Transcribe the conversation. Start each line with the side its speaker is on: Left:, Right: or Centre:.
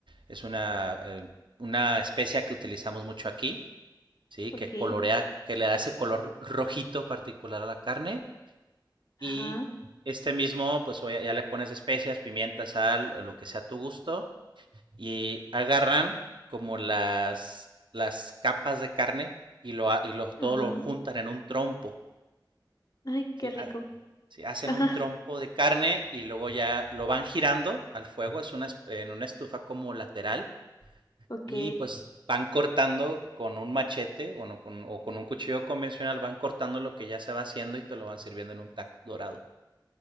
Right: es una, eh, una especia que utilizamos mucho aquí. ¿sí?
Left: Ok,
Right: Que colorea, que le da ese color rojito particular a la carne y
Left: ajá,
Right: este mismo, pues ya le pones especias, pimienta, sal, lo que sea a tu gusto y agarran como las, las capas de carne y, lo, y lo, todo
Left: ajá.
Right: lo juntan en un trompo,
Left: Ay, qué
Right: ¿sí?
Left: rico.
Right: Ah, Sí,
Left: <laughs>
Right: hacen
Left: Ajá,
Right: un trompo de carne y luego ya lo van girando al fuego, es una, en una estufa como lateral
Left: ok.
Right: y pues van cortando con un machete o, no, con, o con un cuchillo convencional, van cortando lo que ya se va haciendo y te lo van sirviendo en un taco dorado.